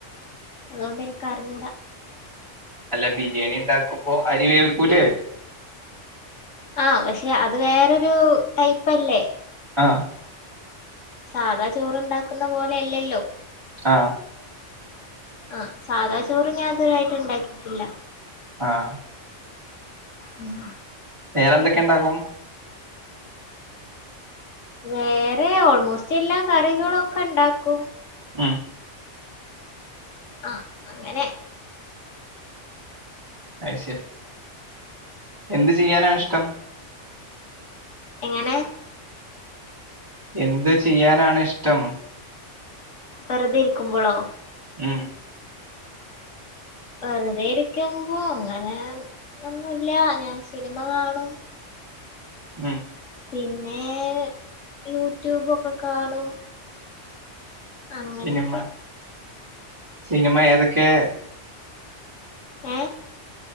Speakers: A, on the left; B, on the right.
A: അതുകൊണ്ടെനിക്കറിഞ്ഞൂടാ
B: അല്ല ബിരിയാണി ഉണ്ടാക്കുമ്പോ അരി വേൽിക്കൂലേ
A: ആ പക്ഷെ അത് വേറൊരു ടൈപ്പല്ലേ
B: ആഹ
A: സാധാ ചോറ്ണ്ടാക്കുന്ന പോലെ അല്ലല്ലോ
B: ആഹ
A: ആഹ സാധാ ചോറ് ഞാൻ അതൊരുായിട്ട് ഉണ്ടാക്കിട്ടില്ല
B: ആഹ
A: ഉം
B: വേറെ എന്തൊക്കെയ ഉണ്ടാക്കും
A: വേറെ ഓൾമോസ്റ്റ് എല്ലാ കറികളൊക്കെ ഉണ്ടാക്കും
B: ആ
A: ആഹ അങ്ങനെ
B: അഐശര് എന്ത് ചെയ്യാനാ ഇഷ്ടം
A: എങ്ങനെ
B: എന്ത് ചെയ്യാനാണ ഇഷ്ടം
A: വെറുതെ ഇരിക്കുമ്പോളോ
B: ഉം
A: വെറുതെ ഇരിക്കുമ്പോ അങ്ങനെ ഒന്നുമല്ല ഞാൻ സിനിമ കാണും
B: ഉം
A: പിന്നെ യൂട്യൂബൊക്കെ കാണും അങ്ങനെയൊക്കെ
B: സിനിമ സിനിമ ഏതൊക്കെ
A: ഏഹ പ